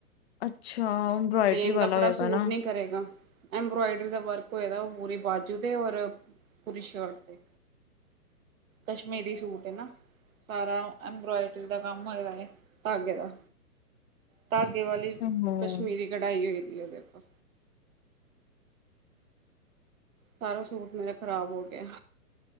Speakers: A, on the left (about 45°); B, on the right (about 55°).
A: ਅੱਛਾ। ਐਮਬਰਾਇਡਰੀ
B: ਪਲੇਨ
A: ਵਾਲਾ
B: ਕੱਪੜਾ
A: ਹੋਏਗਾ
B: ਸੂਟ
A: ਨਾ
B: ਨ੍ਹੀਂ ਕਰੇਗਾ। ਐਮਬਰਾਇਡਰੀ ਦਾ ਵਰਕ ਹੋਏ ਦਾ ਉਹ ਪੂਰੀ ਬਾਜੂ ਤੇ ਔਰ ਪੂਰੀ ਸ਼ਰਟ 'ਤੇ ਕਸ਼ਮੀਰੀ ਸੂਟ ਹੈ ਨਾ ਸਾਰਾ ਐਬਰਾਇਡਰੀ ਦਾ ਕੰਮ ਹੋਏਦੇ ਹੈ ਧਾਗੇ ਦਾ ਧਾਗੇ ਵਾਲੀ
A: ਹਮ
B: ਕਸ਼ਮੀਰੀ ਕਢਾਈ ਹੋਈ ਦੀ ਇਹ ਦੇਖੋ ਸਾਰਾ ਸੂਟ ਮੇਰਾ ਖ਼ਰਾਬ ਹੋ ਗਿਆ।